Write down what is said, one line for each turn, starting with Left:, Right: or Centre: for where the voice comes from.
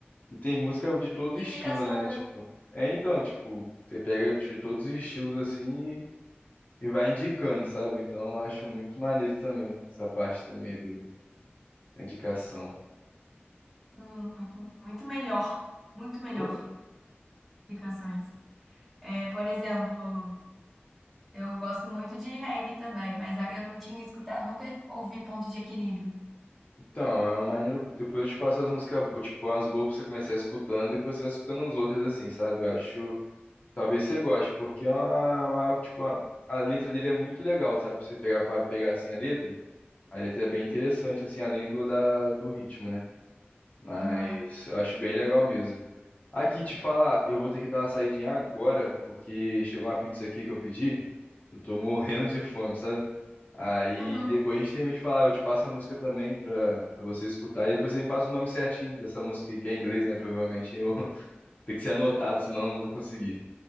Left: E tem música de todo
Centre: Que
Left: estilo,
Centre: indicação,
Left: né?
Centre: né?
Left: Tipo. É então, tipo, você pega de todos os estilos assim e, e vai indicando, sabe? Então eu acho muito maneiro também, essa parte também do, da indicação.
Centre: Muito, muito, muito melhor, muito melhor
Left: Pô.
Centre: indicações. É, por exemplo, eu gosto muito de reggae também, mas a- eu não tinha escutado, nunca ouvi Ponto de Equilíbrio.
Left: Então, é uma maneira. Depois eu te passo as músicas, bo- tipo, umas boas pra você começar escutando, depois você vai escutando uns outros, assim, sabe? Eu acho. Talvez você goste, porque é uma, uma- tipo, a, a letra dele é muito legal, sabe? Pra você pegar pra pegar assim a letra. A letra é bem interessante, assim, além do, da, do ritmo, né? Mas
Centre: Aham.
Left: eu acho bem legal mesmo. Aqui, te falar, eu vou ter que dar uma saidinha agora, porque chegou uma pizza aqui que eu pedi. Eu tô morrendo de fome, sabe? Aí
Centre: Uhum.
Left: depois a gente termina de falar, eu te passo a música também pra, pra você escutar. E depois você me passa o nome certinho dessa música, que é em inglês, né? Provavelmente eu <laughs> tem que ser anotado, senão eu não vou conseguir.